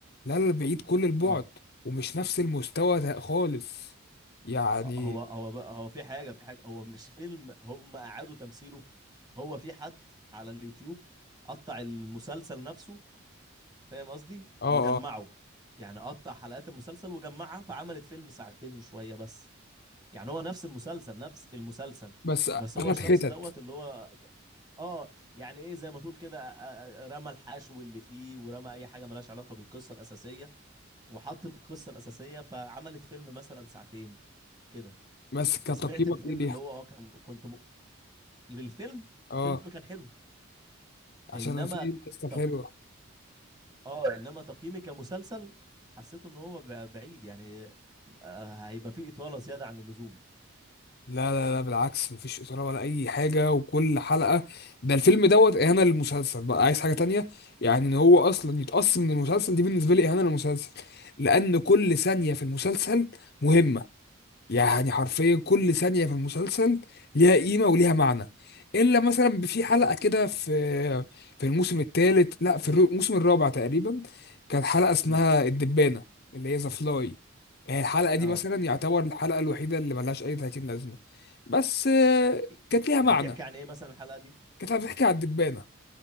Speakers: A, on the left; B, on the right.
A: لا لا بعيد كل البعد
B: اه
A: ومش نفس المستوى ده خالص يعني
B: آه، هو هو بقى هو في حاجة في حاجة هو مش فيلم هم أعادوا تمثيله هو في حد على اليوتيوب قطع المسلسل نفسه فاهم قصدي
A: اه
B: وجمعه
A: اه
B: يعني قطع حلقات المسلسل وجمعها فعملت فيلم ساعتين وشوية بس يعني هو نفس المسلسل نفس المسلسل
A: بس
B: بس هو
A: اخد
B: الشخص
A: حتت
B: دوت اللي هو اه يعني ايه زي ما تقول كده آه، آه، رمى الحشو اللي فيه ورمى اي حاجه ملهاش علاقه بالقصه الاساسيه وحط القصه الاساسيه فعملت فيلم مثلا ساعتين كده
A: بس كان
B: فسمعت
A: تقييمك
B: الفيلم
A: ايه ليها
B: اللي هو اه كان كنت م... للفيلم
A: اه
B: الفيلم كان حلو
A: عشان
B: انما
A: أنا نسيت الحصة الحلوة
B: تق... اه انما تقييمي كمسلسل حسيته ان هو ب- بعيد يعني آه، هيبقى فيه اطاله زياده عن اللزوم
A: لا لا لا بالعكس مفيش إثارة ولا أي حاجة وكل حلقة ده الفيلم دوت إهانة للمسلسل بقى عايز حاجة تانية يعني إن هو أصلا يتقص من المسلسل دي بالنسبة لي إهانة للمسلسل لأن كل ثانية في المسلسل مهمة يعني حرفيا كل ثانية في المسلسل ليها قيمة وليها معنى إلا مثلا في حلقة كده في في الموسم الثالث لا في الرو- الموسم الرابع تقريبا كانت حلقة اسمها
B: امم
A: الدبانة اللي هي ذا فلاي يعني الحلقة دي
B: اه
A: مثلا يعتبر الحلقة الوحيدة اللي ملهاش أي 30 لازمة بس آه،
B: إ- إ-
A: كانت ليها
B: بتحكي
A: معنى
B: عن ايه مثلا الحلقه دي
A: كانت هتحكي على الدبانة